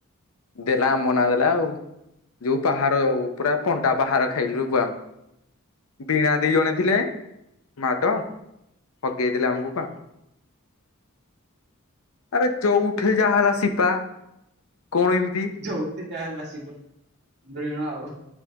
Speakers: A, on the left; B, on the right.
A: ଦେଲା ଆମନା ଦେଲା ଆଉ ଯୋଉ ପାହାର ପୁରା ପଣ୍ଡା। ପାହାର ଖାଇଲୁରେ ପୁଅ ଆମେ। ବୀଣା ଦି ଜଣେ ଥିଲେ ମାଡ ହଗେଇ ଦେଲେ ଆମୁକୁ ପା। ଆରେ ଯଉ ଠେଇ ଯାହା ହେଲା ସିପା କଣ ଇନ୍
B: ଯୋଉଠି ଯା ହେଲା ଶିବ ବିଣ ଆଉ